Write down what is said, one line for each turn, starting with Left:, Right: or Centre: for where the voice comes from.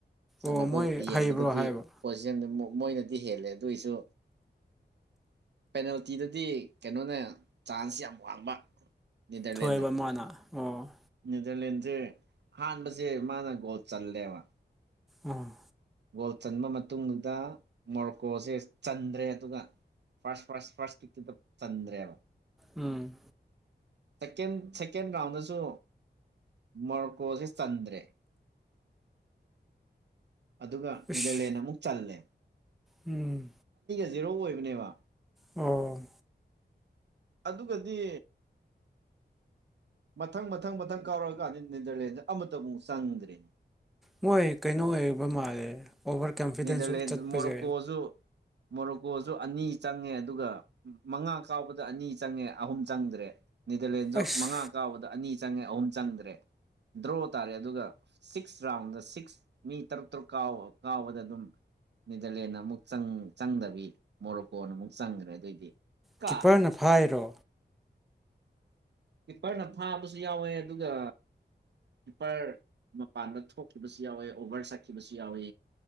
Right: ꯁꯥꯟꯅꯕ
Centre: ꯑꯣ ꯃꯣꯏ
Right: ꯌꯦꯡꯕꯗꯗꯤ
Centre: ꯍꯩꯕ꯭ꯔꯣ ꯍꯥꯏꯕ
Right: ꯄꯣꯖꯤꯁꯟ ꯑꯃꯨꯛ ꯃꯣꯏꯅꯗꯤ ꯍꯦꯜꯂꯦ ꯑꯗꯨꯑꯣꯏꯁꯨ ꯄꯦꯅꯥꯜꯇꯤꯗꯗꯤ ꯀꯩꯅꯣꯅꯦ ꯆꯥꯟꯁ ꯌꯥꯝ ꯋꯥꯡꯕ ꯅꯦꯗꯔꯂꯦꯟꯅ
Centre: ꯊꯣꯏꯕ ꯃꯥꯅ ꯑꯣ
Right: ꯅꯦꯗꯔꯂꯦꯟꯁꯦ ꯑꯍꯥꯟꯕꯁꯦ ꯃꯥꯅ ꯒꯣꯜ ꯆꯜꯂꯦꯕ
Centre: ꯎꯝ
Right: ꯕꯣꯜ ꯆꯟꯕ ꯃꯇꯨꯡꯗꯨꯗ ꯃꯣꯔꯀꯣꯁꯦ ꯆꯟꯗ꯭ꯔꯦ ꯑꯗꯨꯒ ꯐꯥꯁ ꯐꯥꯁ ꯐꯥꯁꯛꯇ ꯆꯗ꯭ꯔꯦꯕ
Centre: ꯎꯝ
Right: ꯁꯀꯦꯟ ꯁꯦꯀꯦꯟ ꯔꯥꯎꯟꯗꯁꯨ ꯃꯣꯔꯀꯣꯁꯦ ꯆꯟꯗ꯭ꯔꯦ ꯑꯗꯨꯒ ꯅꯦꯗꯔꯂꯦꯟ
Centre: ꯏꯁ
Right: ꯑꯃꯨꯛ ꯆꯜꯂꯦ
Centre: ꯎꯝ
Right: ꯖꯦꯔꯧ ꯑꯣꯏꯕꯅꯦꯕ
Centre: ꯑꯣ
Right: ꯑꯗꯨꯒꯗꯤ ꯃꯊꯪ ꯃꯊꯪ ꯃꯊꯪ ꯀꯥꯎꯔꯛꯑꯀꯥꯟꯗ ꯅꯦꯗꯔꯂꯦꯟꯗ ꯑꯃꯇ ꯑꯃꯨꯛ ꯆꯪꯗ꯭ꯔꯤꯅꯤ
Centre: ꯃꯣꯏ ꯀꯩꯅꯣ ꯑꯣꯏꯕ ꯃꯥꯜꯂꯦ ꯑꯣꯚꯔ ꯀꯟꯐꯤꯗꯦꯟꯁꯁꯨ
Right: ꯅꯦꯗꯔꯂꯦꯟ
Centre: ꯆꯠꯄꯁꯦ
Right: ꯃꯣꯔꯣꯀꯣꯁꯨ ꯃꯣꯔꯣꯀꯣꯁꯨ ꯑꯅꯤ ꯆꯪꯉꯦ ꯑꯗꯨꯒ ꯃꯉꯥ ꯀꯥꯎꯕꯗ ꯑꯅꯤ ꯆꯪꯉꯦ ꯑꯍꯨꯝ ꯆꯪꯗ꯭ꯔꯦ ꯅꯦꯗꯔꯂꯦꯟꯁꯨ
Centre: ꯑꯁ
Right: ꯃꯉꯥ ꯀꯥꯎꯕꯗ ꯑꯅꯤ ꯆꯪꯉꯦ ꯑꯍꯨꯝ ꯆꯪꯗ꯭ꯔꯦ ꯗ꯭ꯔꯣ ꯇꯥꯔꯦ ꯑꯗꯨꯒ ꯁꯤꯛꯁ ꯔꯥꯎꯟꯗ ꯁꯤꯛꯁ ꯃꯤ ꯇꯔꯨꯛ ꯇꯔꯨꯛ ꯀꯥꯎꯕꯗ ꯑꯗꯨꯝ ꯅꯦꯗꯔꯂꯦꯟꯅ ꯑꯃꯨꯛ ꯆꯪꯗꯕꯤ ꯃꯣꯔꯣꯀꯣꯅ ꯑꯃꯨꯛ ꯆꯪꯈ꯭ꯔꯦ ꯑꯗꯨꯑꯣꯏꯗꯤ ꯀꯥ
Centre: ꯀꯤꯞꯄꯔꯅ ꯐꯥꯏꯔꯣ
Right: ꯀꯤꯄꯔꯅ ꯐꯥꯕꯁꯨ ꯌꯥꯎꯋꯦ ꯑꯗꯨꯒ ꯀꯤꯞꯄꯔ ꯃꯄꯥꯟꯗ ꯊꯣꯛꯈꯤꯕꯁꯨ ꯌꯥꯎꯋꯦ ꯑꯣꯚꯔ ꯁꯠꯈꯤꯕꯁꯨ ꯌꯥꯎꯋꯦ